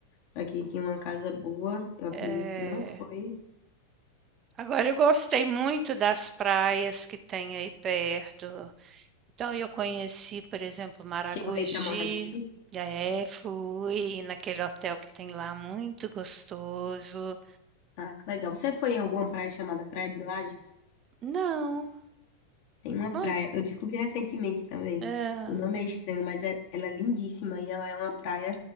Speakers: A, on the left; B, on the right.
A: para quem tinha uma casa boa, eu acredito
B: é.
A: que não foi.
B: Agora, eu gostei muito das praias que tem aí perto. Então, eu conheci, por exemplo, Maragogi,
A: Chegou aí para Maragogi?
B: e aí fui naquele hotel que tem lá, muito gostoso.
A: Ah, que legal. Você foi em alguma praia chamada Praia de Lages?
B: Não,
A: Tem uma
B: onde?
A: praia. Eu descobri recentemente também.
B: É,
A: O nome é estranho, mas é- ela é lindíssima e ela é uma praia